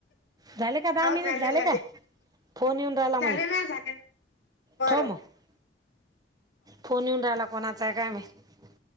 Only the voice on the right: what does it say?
झाले का दहा
मिनिट
काय फोन येऊन राहिला
मला
ठेव मग फोन येऊन राहिला कोणाचा आहे काय माहित